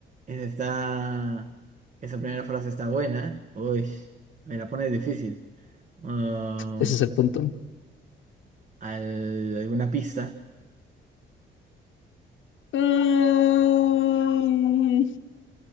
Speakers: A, on the right; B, on the left.
A: ese está- esa primera frase está buena. Uy, me la pone difícil. Um,
B: Ese es el punto.
A: al- ¿alguna pista?
B: Mm,